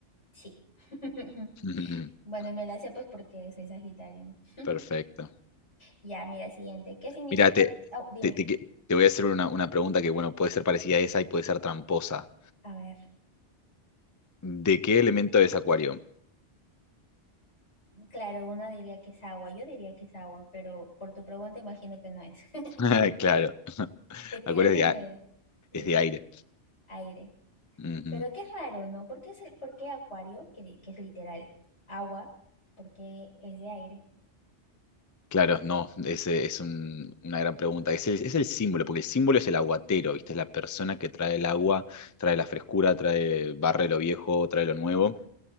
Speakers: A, on the left (about 80°); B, on the left (about 25°).
A: Sí. <laughs>
B: <laughs>
A: Bueno, y me la sé pues porque soy Sagitario, ¿no?
B: Perfecto.
A: Ya, mira, siguiente. ¿Qué significa?
B: Mira, te,
A: Oh, dime.
B: te, te que- te voy a hacer una, una pregunta que, bueno, puede ser parecida a esa y puede ser tramposa.
A: A ver.
B: ¿De qué elemento es Acuario?
A: Claro, uno diría que es agua, yo diría que es agua, pero por tu pregunta imagino que no es. <laughs>
B: <laughs> Claro,
A: ¿De qué
B: Acuario
A: elemento
B: es de, a-
A: es? De
B: es de aire.
A: aire.
B: Ujú.
A: Pero qué es raro, ¿no? ¿Por qué es el, por qué acuario, que, di- que es literal agua, porque es de aire?
B: Claro, no, ese es un- una gran pregunta. Es el, es el símbolo, porque el símbolo es el aguatero, ¿viste? Es la persona que trae el agua, trae la frescura, trae, barre lo viejo, trae lo nuevo,